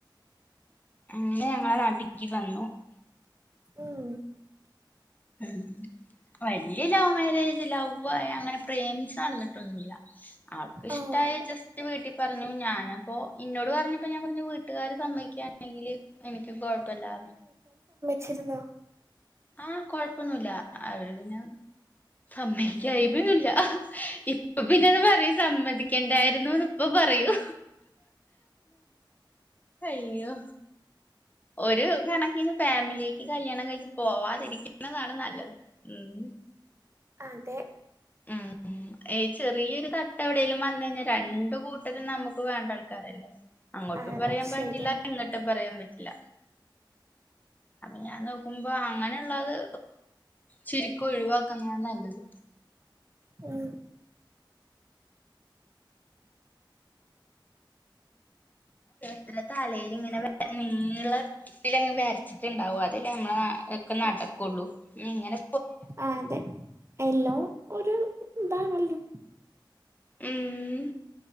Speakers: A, on the left (about 20°); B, on the right (about 35°).
A: അങ്ങനെ ഞങ്ങളെ നാട്ടിക്ക് വന്നു.
B: ഉം.
A: <unintelligible> വല്യ ലൗവ് മാരേജ് ലവായി അങ്ങനെ പ്രേമിച്ചച്ച് നടന്നിട്ടൊന്നുല്ല. അവൾക്ക് ഇഷ്ടമായി
B: ആഹ്
A: ജസ്റ്റ് വീട്ടിൽ പറഞ്ഞു ഞാനപ്പോ ഇന്നോട് പറഞ്ഞപ്പോ ഞാൻ പറഞ്ഞുവീട്ട ട്ടുകാര്ർ സമ്മതികാണെങ്കില് എനിക്ക് കൊഴപ്പല്ലാ
B: ചിര് ന്നോ?
A: ആഹ കൊഴപ്പൊന്നുല്ല അവര് പിന്നെ. അമ്മേ ഇൻക് ഐ ബോ ന്നില്ല ഇപ്പൊ പിന്നത് പറയ സമ്മ ണ്ടായിരുന്നുന്ന് ഇപ്പ പറയൂ അയ്യോ. ഒരു കണക്കിന് ഫാമിലിക്ക് കല്യാണം കഴിച്ച്ു പോവാതിരിക്കുന്നതാണ് നല്ലത് ഉം.
B: അതെ.
A: ഉം. ഏ ചെറിയൊരു തട്ട് എവിടെേലും വന്ന കഴിഞ്ഞാൽ രണ്ടു കൂട്ടരും നമ്മുക്ക് വേണ്ട ആൾക്കാരല്ലേ? അങ്ങോട്ടും
B: ആഹ്
A: പറയാൻ
B: ശരിയാ
A: പറ്റില്ല ഇങ്ങോട്ടും പറയാൻ പറ്റില്ല. അപ്പൊ ഞാൻ നോക്കുമ്പോ അങ്ങനെ. ള്ളാെ ചുരുകൊ ഒഴു വാക്കുന്നതാ നല്ലത്.
B: ഉം.
A: കേ തലേല് ഇങ്ങനെ വ നീളത്തി വരച്ചിട്ടുണ്ടാവും അതലെ നമ്മള ഒക്കെ നടക്കും. കൊള്ളു ങ്ങനെ.
B: ആ അതെ എല്ലാം ഒരു ഇതാണല്ലോ.
A: ഉം